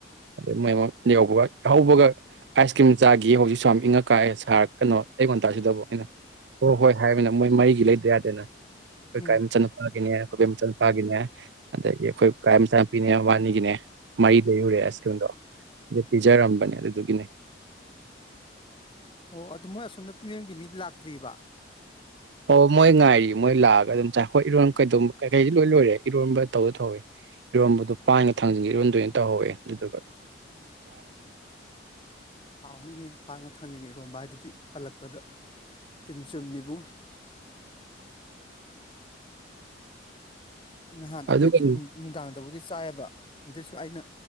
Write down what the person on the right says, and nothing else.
ꯑꯗꯨ ꯃꯣꯏ ꯌꯧꯕꯒ ꯍꯧꯕꯒ ꯑꯥꯏꯁ ꯀ꯭ꯔꯤꯝ ꯆꯥꯈꯤꯌꯦ ꯍꯧꯖꯤꯛꯁꯨ ꯌꯥꯝ ꯏꯪꯉꯛ ꯀꯥꯏꯑꯦ ꯁꯥꯔ ꯀꯩꯅꯣ ꯑꯌ ꯉꯟꯇꯥꯁꯤꯗꯕ ꯑꯩꯅ ꯍꯣꯏ ꯍꯣꯏ ꯍꯥꯏꯃꯤꯅ ꯃꯣꯏ ꯃꯔꯤꯒꯤ ꯂꯩꯇꯗꯤ ꯑꯩꯈꯣꯏ
ꯀꯥꯏ ꯃꯆꯥ ꯅꯨꯨꯄꯥꯒꯤꯅꯦ ꯑꯩꯈꯣꯏꯕꯤ ꯃꯆꯥ ꯅꯨꯨꯄꯥꯒꯤꯅꯦ ꯑꯗꯒꯤ ꯑꯩꯈꯣꯏ ꯀꯥ ꯃꯆꯥ ꯅꯦ ꯋꯥꯅꯤꯒꯤꯅꯦ ꯃꯩ ꯂꯩꯍꯨꯔꯦ ꯑꯁꯀꯤꯌꯟꯗꯣ ꯑ ꯄꯤꯖꯔꯝꯕꯅꯦ ꯑꯗꯨꯗꯨꯒꯤꯅꯦ
ꯄꯧ ꯃꯣꯏ ꯉꯥꯏꯔꯤ ꯃꯣꯏ ꯂꯥꯛꯑꯒ ꯑꯗꯨꯝ ꯆꯥꯏ ꯍꯣꯏ ꯏꯔꯣꯟ ꯀꯩꯗ ꯀꯩ ꯀꯩꯁꯤ ꯂꯣꯏ ꯂꯣꯏꯔꯦ ꯏꯔꯣꯟꯕ ꯇꯧꯗ ꯇꯧꯋꯦ ꯏꯔꯣꯟꯝꯕꯗꯨ ꯄꯥꯏꯒ ꯊꯥꯡꯖꯤꯟꯒꯦ ꯏꯔꯣꯟꯝꯗꯣꯅ ꯇꯧꯍꯧꯋꯦ ꯑꯗꯨꯒꯗꯨ
<unintelligible>
ꯑꯗꯨꯒ ꯎꯝ